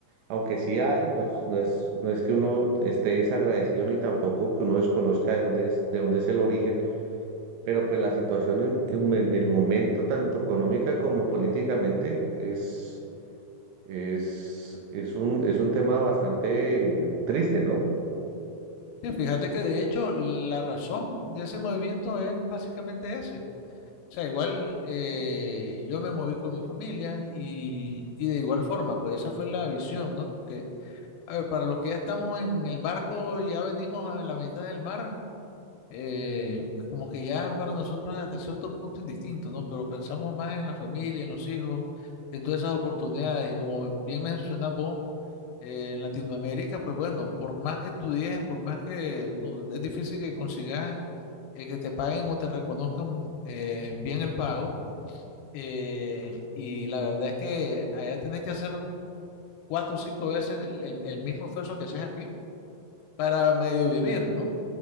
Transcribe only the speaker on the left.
Sí, fíjate que de hecho la razón de ese movimiento es básicamente ese. O sea, igual eh, yo me moví con mi familia y, y de igual forma, pues esa fue la visión, ¿no? Porque, a ver, para los que ya estamos en el barco, ya venimos a la mitad del mar, eh, como que ya para nosotros es hasta cierto punto indistinto, ¿no? Pero pensamos más en la familia, en los hijos, en todas esas oportunidades. Y como bien mencionas vos, eh, en Latinoamérica, pues bueno, por más que estudies, por más que no, es difícil que consigas eh, que te paguen o te reconozcan eh, bien el pago. eh, y la verdad es que allá tienes que hacer cuatro o cinco veces el, el- el mismo esfuerzo que haces aquí para medio vivir, ¿no?